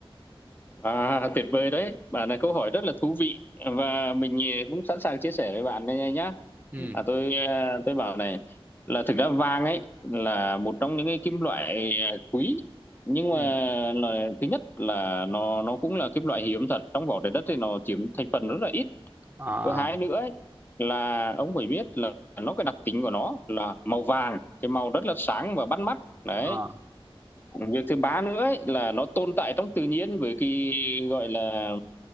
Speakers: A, on the left; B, on the right.
A: À, tuyệt vời đấy. Bạn là câu hỏi rất là thú vị và mình eh, cũng sẵn sàng chia sẻ với bạn đây nhá.
B: ừ
A: À, tôi eh, tôi bảo này là thực ra vàng ấy là một trong những cái kim loại eh, quý nhưng mà
B: ừ
A: là, thứ nhất là nó nó cũng là kim loại hiếm thật trong vỏ trái đất thì nó chiếm thành phần rất là ít.
B: à
A: Thứ hai nữa ấy, là ông phải biết là nó cái đặc tính của nó là màu vàng, cái màu rất là sáng và bắt mắt. Đấy,
B: à
A: việc thứ ba nữa ấy, là nó tồn tại trong tự nhiên với cái gọi là